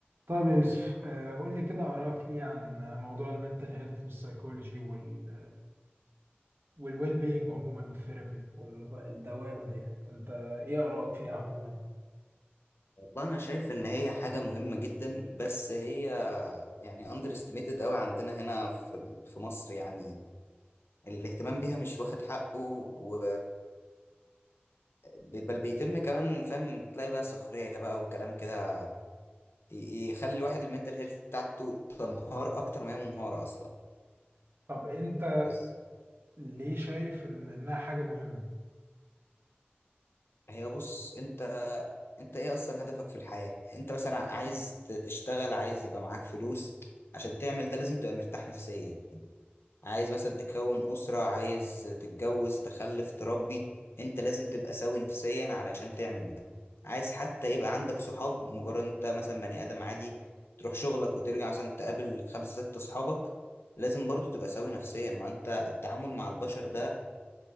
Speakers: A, on the right (about 65°); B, on the left (about 80°).
A: طيب يا يوسف آه، قول لي كده آراك إيه عن موضوع المنتل هيلث والسايكولوجي وال والويل بينج عموما والثيرابي والدوامة ديت أنت إيه آراك فيها عموما؟
B: والله انا شايف ان هي حاجه مهمه جدا بس هي يعني اندر استيميتد قوي عندنا هنا في ال- في مصر يعني الاهتمام بيها مش واخد حقه و ب- بل بيتم كمان فاهم تلاقي بقى سخريه بقى وكلام كده ي- يخلي الواحد المنتل هيلث بتاعته تنهار اكتر ما هي منهاره اصلا
A: طب أنت
B: بس
A: ليه شايف إن إنها حاجة مهمة؟
B: هي بص انت انت ايه اصلا هدفك في الحياه انت مثلا عايز ت- تشتغل عايز يبقى معاك فلوس عشان تعمل ده لازم تبقى مرتاح نفسيا عايز مثلا تكون أسرة عايز تتجوز تخلف تربي انت لازم تبقى سوي نفسيا علشان تعمل ده عايز حتى يبقى عندك صحاب مجرد انت مثلا بني آدم عادي تروح شغلك وترجع مثلا تقابل خمسة ستة صحابك لازم برضو تبقى سوي نفسيا ما انت التعامل مع البشر ده